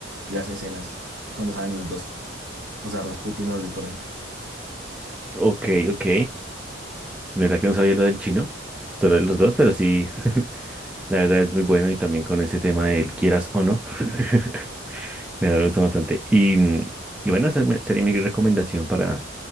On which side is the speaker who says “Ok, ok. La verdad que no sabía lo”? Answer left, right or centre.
Centre